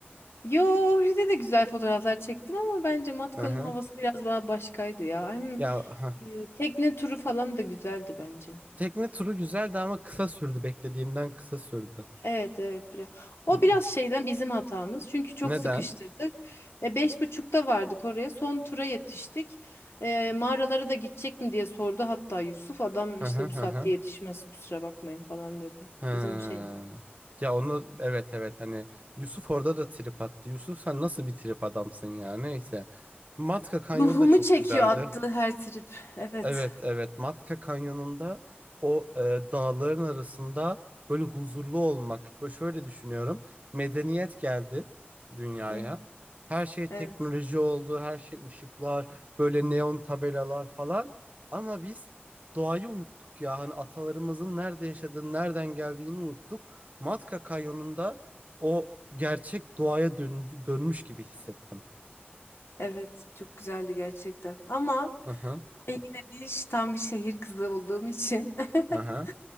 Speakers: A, on the left; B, on the right.
A: Yo orada de güzel fotoğraflar çektim ama bence Matka'nın
B: Hı hı.
A: havası biraz daha başkaydı ya. Hem
B: Ya ha.
A: e, tekne turu falan da güzeldi bence.
B: Tekne turu güzeldi ama kısa sürdü. Beklediğimden kısa sürdü.
A: Evet evet biraz. O
B: N-
A: biraz şeyden bizim hatamız. Çünkü çok
B: Neden?
A: sıkıştırdık. E, beş buçukta vardık oraya. Son tura yetiştik. E, mağaralara da gidecek mi diye sordu hatta Yusuf. Adam
B: Hı
A: işte
B: hı hı
A: bu saatte
B: hı.
A: yetişmez kusura bakmayın falan dedi.
B: Ha.
A: Bizim şey.
B: Ya onu evet evet hani Yusuf orada da trip attı. Yusuf sen nasıl bir trip adamsın ya neyse. Matka Kanyon
A: Ruhumu
B: da çok
A: çekiyor
B: güzeldi.
A: attı her trip. Evet.
B: Evet evet Matka Kanyonu'nda o e, dağların arasında böyle huzurlu olmak. Böyle şöyle düşünüyorum. Medeniyet geldi dünyaya.
A: Hı.
B: Her şey
A: Evet.
B: teknoloji oldu, her şey ışıklar, böyle neon tabelalar falan. Ama biz doğayı unuttuk ya. Hani atalarımızın nerede yaşadığını, nereden geldiğini unuttuk. Matka Kanyonu'nda o gerçek doğaya dön dönmüş gibi hissettim.
A: Evet. Çok güzeldi gerçekten. Ama
B: Hı hı.
A: ben yine bir tam bir şehir kızı olduğum için <laughs>
B: Hı hı.